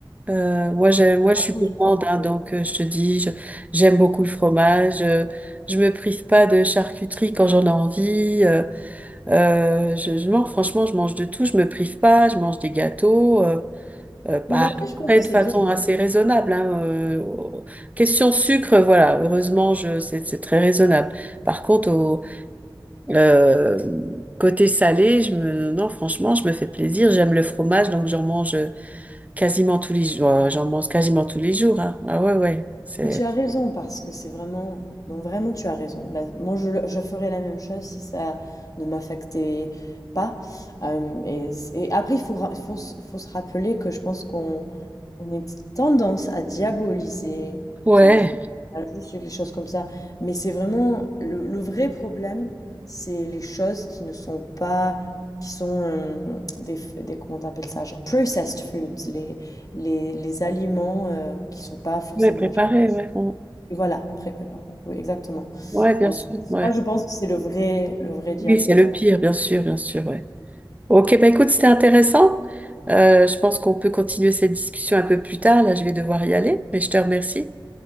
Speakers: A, on the right (about 15°); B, on the left (about 45°).
A: Euh, moi, j'ai, moi, je
B: Après,
A: suis gourmande,
B: je pense
A: hein,
B: que...
A: donc euh, je te dis, je- j'aime beaucoup le fromage. euh, je me prive pas de charcuterie quand j'en ai envie. euh, euh, je, je mange, franchement, je mange de tout. Je me prive pas. Je mange des gâteaux. Euh, euh, bah,
B: Non, mais après, je
A: après,
B: pense que c'est
A: de façon
B: bien.
A: assez raisonnable. hein, euh, question sucre, voilà, heureusement, je, c'est, c'est très raisonnable. Par contre, au euh, côté salé, je me, non, franchement, je me fais plaisir. J'aime le fromage, donc j'en mange quasiment tous les jours. euh, J'en mange quasiment tous les jours. hein. Ah ouais, ouais, c'est
B: Et tu as raison, parce que c'est vraiment... Non, vraiment, tu as raison. Là, moi, je, le- je ferais la même chose si ça ne m'affectait pas. Euh, et, c'est- et après, il faut, ra- faut, se- faut se rappeler que je pense qu'on On a une petite tendance à diaboliser,
A: ouais,
B: genre le fromage, le les choses comme ça. Mais c'est vraiment le, le vrai problème, c'est les choses qui ne sont pas, qui sont euh, des, des, comment on appelle ça, genre processed foods, les, les, les aliments euh, qui sont pas forcément
A: ouais, préparé,
B: genre.
A: ouais, on-
B: Et voilà, pré-préparés. Oui, exactement.
A: ouais, bien
B: Euh,
A: sûr,
B: ça,
A: ouais.
B: je pense que c'est le vrai, le vrai diable
A: Oui, c'est le
B: dans.
A: pire, bien sûr, bien sûr, ouais. Ok, bah écoute, c'était intéressant. Euh, je pense qu'on peut continuer cette discussion un peu plus tard. Là, je vais devoir y aller, mais je te remercie.